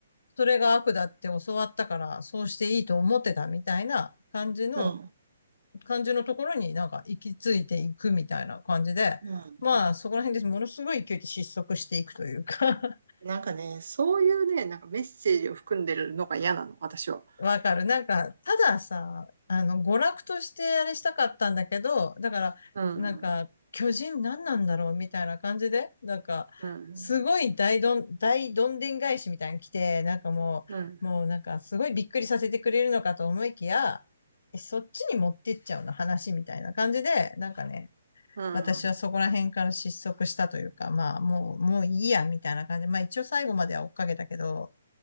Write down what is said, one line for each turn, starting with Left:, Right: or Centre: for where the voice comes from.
Left: それが悪だって教わったから、そうしていいと思ってたみたいな感じの、
Right: うん。
Left: 感じのところになんか行き着いていくみたいな感じで、
Right: うん
Left: まあそこら辺でものすごい勢いで失速していくというか <laughs>
Right: なんかね、そういうね、なんかメッセージを含んでるのが嫌なの、私は。
Left: わかる。なんか、たださ、あの、娯楽としてあれしたかったんだけど、だから、
Right: うん、
Left: なんか、巨人何なんだろうみたいな感じで、なんか、
Right: うん、
Left: すごい大どん、大どんでん返しみたいに来て、なんかもう、
Right: うん、
Left: もうなんかすごいびっくりさせてくれるのかと思いきや、えそっちに持ってっちゃうの話みたいな感じで、なんかね、
Right: うん。
Left: 私はそこら辺から失速したというか、まあ、もう、もういいや、みたいな感じ。まあ、一応最後までは追っかけたけど、